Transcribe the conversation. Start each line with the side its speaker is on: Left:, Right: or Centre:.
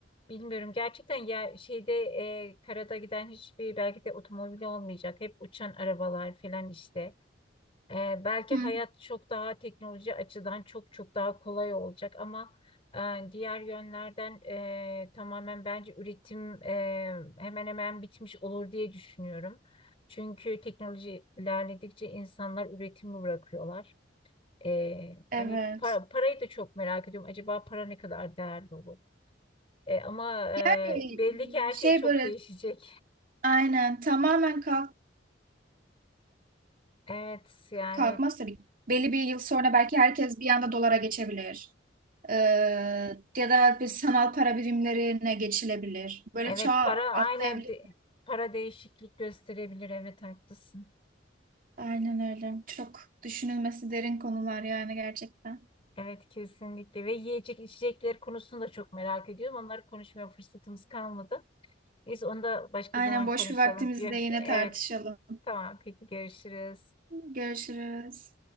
Left: Bilmiyorum gerçekten ya şeyde e, karada giden hiçbir belki de otomobil olmayacak. Hep uçan arabalar falan işte. E, belki
Right: Hı
Left: hayat çok daha teknoloji açıdan çok çok daha kolay olacak ama e, diğer yönlerden e, tamamen bence üretim e, hemen hemen bitmiş olur diye düşünüyorum. Çünkü teknoloji ilerledikçe insanlar üretimi bırakıyorlar. E, hani
Right: Evet.
Left: pa- parayı da çok merak ediyorum. Acaba para ne kadar değerli olur? E, ama e,
Right: Yani
Left: belli ki her
Right: m, şey
Left: şey çok
Right: böyle
Left: değişecek.
Right: aynen tamamen kalk,
Left: Evet yani
Right: kalkmaz tabii. Belli bir yıl sonra belki herkes bir anda dolara geçebilir. Ee, ya da bir sanal para birimlerine geçilebilir. Böyle
Left: evet
Right: çağ
Left: para
Right: atlayabilir.
Left: aynen de- para değişiklik gösterebilir. Evet haklısın.
Right: Aynen öyle. Çok düşünülmesi derin konular yani gerçekten.
Left: Evet kesinlikle ve yiyecek içecekler konusunu da çok merak ediyorum. Onları konuşmaya fırsatımız kalmadı. Biz onu da başka
Right: Aynen
Left: zaman
Right: boş
Left: konuşalım.
Right: bir vaktimizde
Left: Gör-
Right: yine tartışalım.
Left: Evet tamam peki görüşürüz.
Right: Görüşürüz.